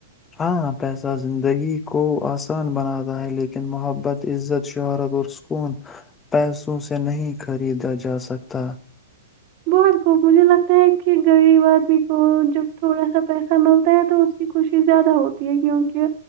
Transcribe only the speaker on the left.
ہاں پیسہ زندگی کو آسان بناتا ہے لیکن محبت عزت شہارت اور سکون پیسوں سے نہیں خریدا جاسکتا